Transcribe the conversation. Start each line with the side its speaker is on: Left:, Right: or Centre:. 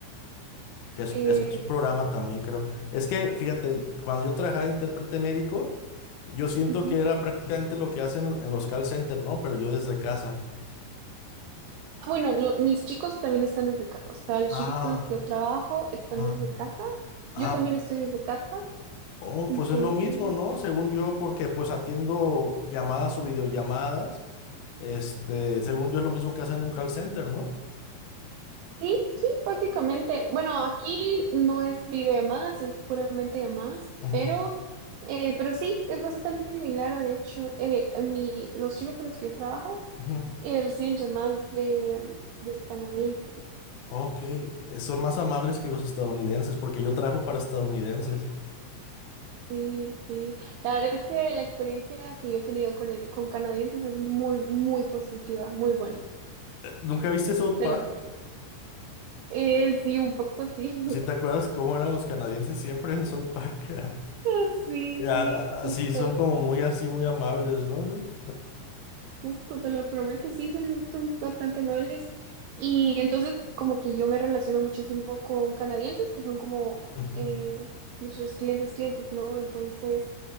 Left: que es,
Right: Eh,
Left: es- es un programa también, creo. Es que, fíjate, cuando yo trabajaba de intérprete médico, yo siento
Right: ujú.
Left: que era prácticamente lo que hacen en los call centers, ¿no? Pero yo desde casa.
Right: Bueno, lo- mis chicos también están desde casa, o sea, los
Left: Ah,
Right: chicos con los que yo trabajo están
Left: ah
Right: desde casa,
Left: Ah,
Right: yo también estoy desde casa,
Left: oh,
Right: entonces
Left: pues es lo mismo, ¿no? Según yo, porque pues atiendo llamadas o videollamadas. Este, según yo es lo mismo que hacen en un call center, ¿no?
Right: Sí, sí, básicamente. Bueno, aquí no es video videollamadas, es puramente llamadas,
Left: Ujú.
Right: pero, eh, pero sí, es bastante similar. De hecho, eh, a mi, los chicos con los que yo trabajo
Left: Ujú.
Right: eh, reciben llamadas de, de canadienses.
Left: Ok, eh, son más amables que los estadounidenses, porque yo trabajo para estadounidenses.
Right: Sí, sí, sí. La verdad es que la experiencia que yo he tenido con, el- con canadienses es muy, muy positiva, muy buena.
Left: Eh, ¿Nunca viste South
Right: Te
Left: Park?
Right: lo prometo. Eh, sí, un poco sí.
Left: Si te acuerdas cómo eran los canadienses siempre en South Park? <laughs>
Right: <laughs> Sí,
Left: A-
Right: sí, justo.
Left: a- Así, son como muy así, muy amables, ¿no?
Right: Justo, te lo prometo, sí, son, son bastante amables. Y entonces, como que yo me relaciono muchísimo con canadienses, que son como
Left: Ujú.
Right: eh, nuestros clientes, clientes, ¿no? Entonces,